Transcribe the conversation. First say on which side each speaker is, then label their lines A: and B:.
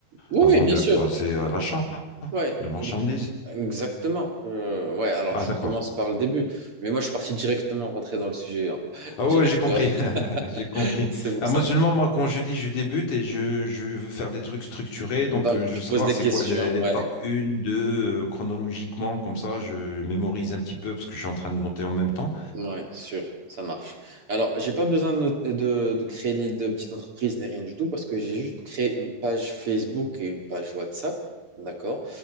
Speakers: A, on the right; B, on the left.
A: Oui,
B: avant
A: oui, bien
B: de
A: sûr.
B: passer à l'achat
A: Ouais,
B: de marchandises.
A: ex- exactement. Euh, ouais, alors
B: Ah,
A: je
B: d'accord.
A: commence par le début. Mais moi, je suis parti directement rentrer dans le sujet, hein, <laughs>
B: Ah
A: directement.
B: oui, j'ai compris. <laughs> J'ai compris.
A: <laughs> C'est pour
B: Ah,
A: ça.
B: moi seulement, moi, quand je dis je débute et je, je veux faire des trucs structurés, donc
A: Donc,
B: euh, je
A: je
B: veux savoir
A: pose des
B: c'est
A: questions,
B: quoi l'é- l'étape
A: ouais,
B: 1, 2, euh, chronologiquement, comme ça, je mémorise un petit peu parce que je suis en train de noter en même temps.
A: ouais, sûr, ça marche. Alors, j'ai pas besoin de, not- de, de créer ni de petite entreprise ni rien du tout parce que j'ai juste créé une page Facebook et une page WhatsApp, d'accord,